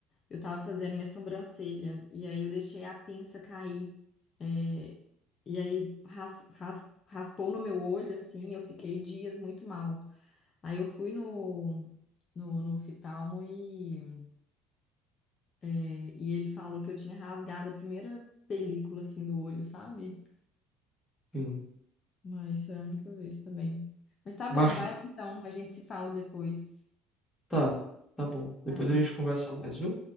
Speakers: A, on the left; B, on the left.
A: eu tava fazendo minha sobrancelha e aí eu deixei a pinça cair. é, e aí ras, ras- raspou no meu olho, assim, eu fiquei dias muito mal. Aí eu fui no, no, no oftalmo e... É, e ele falou que eu tinha rasgado a primeira película assim do olho, sabe?
B: sim.
A: Mas foi a única vez também. Mas tá bom,
B: Machucou.
A: vai lá então, a gente se fala depois.
B: Tá, tá bom. Depois
A: Tchau.
B: a gente conversa mais, viu?